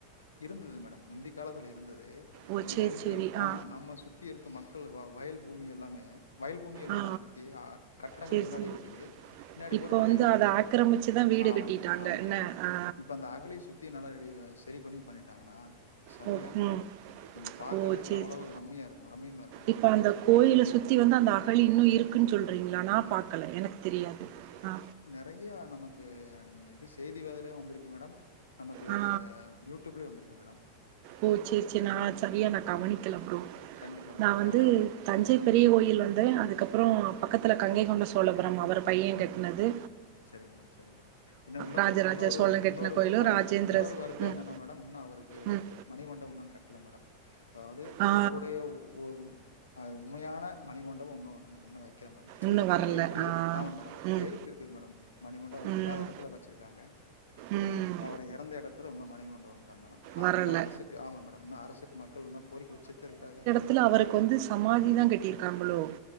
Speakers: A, on the left; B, on the right.
A: இருந்துது மேடம் முந்தி காலத்துல இருந்தது
B: ஓ சரி
A: எல்லாமே
B: சரி
A: என்
B: ஆ
A: ஆமா நம்ம சுத் சுத்தி இருக்க மக்கள் வ வயல் பூமி எல்லாமே வயல் பூமி இரு
B: ஆ
A: மேடம் சுத்தி அ கட்டடங்கள்
B: சரி
A: முன்னாடி
B: சரி
A: இருக்குது பின்னாடி
B: இப்ப
A: பூரா வயல்
B: வந்து
A: பூமி
B: அத ஆக்கிரமிச்சுதா வீடு
A: ஆமா
B: கட்டிட்டாங்க
A: மேட ஆமா
B: என்ன
A: மேட
B: ஆ
A: இப்ப அந்த அகழி சுத் த்தி நல்லா ரெடி செரி பண்ணி பண்ணிட்டாங்கனா செம்மையா
B: ஓ
A: இருக்கு
B: ம்
A: மேடம் நீங்க பாக்கறதுக்கு
B: ஓ சரி
A: அவ்ளோ
B: சரி
A: ரம்மியா இருக்கு ரம்மியம்மா இருக்கு மேடம்
B: இப்ப அந்த கோயில சுத்தி வந்து அந்த அகழி இன்னு இருக்குன் சொல்றீங்களா நா பாக்கல எனக் தெரியாது ஆ
A: றைய நமக்கு அந்த இது செய்தி வோதல வந்திருக்கு மேடம் நமக்கு
B: ஆ.
A: யூட் ட்யூப்லயு வந்திருக்கு மேடம்
B: ஓ சேர் சேர் நா சரியா நா கவனிக்கல ப்ரோ
A: கண்டிப்பா
B: நா
A: மேடம்
B: வந்து தஞ்சை பெரிய கோயில் வந்து அதுக்கப்புறோ பக்கத்தில கங்கை கொண்ட சோழபுரம் அவரு பைய கட்டினது
A: செரி மேடம் செரி மேடம் என்ன <unintelligible>
B: ராஜராஜ
A: வுன்னொரு
B: சோழன்
A: வுன்னொரு
B: கட்டுன கோயிலும்,
A: அதா
B: ராஜேந்திர
A: மேடம் வுன்னொரு
B: ஸ்
A: வருத்த
B: ம்,
A: என்னனா மேடம் வுன்னு அவருக்கு
B: ம்.
A: மணிமண்டபோ வுன்னு கட்ல மேடம் அதாவுது
B: ஆ.
A: அவருடைய உ ஒ உன் அ உண்மையான மணிமண்டவோ வுன்னு வுன்னு வெக்கல மேடம்
B: இன்னும் வரல.
A: அ இருக்குது
B: ஆ.
A: ஆமா மேடம்
B: ம்,
A: பேருக்கு இருக்குது மேடம் மணிமண்டபோ அவர்
B: ம்,
A: இல்லாத எடத்துல வெச்சுருக்காங்க
B: ம்.
A: அவரு எறந்த எடத்தில வுன்னு மணிமண்டபம் இல்ல மேடம் அது
B: வரல.
A: வுன்னு அரசுக்கு ஆமா மேடம் இன்னு அரசுக்கு மக்கள் இன்னு கோரிக்க வெச்சுட் தா இருக்கறாங்க
B: த்துல அவருக்கு வந்து சமாதி தா கட்டிருக்காங்களோ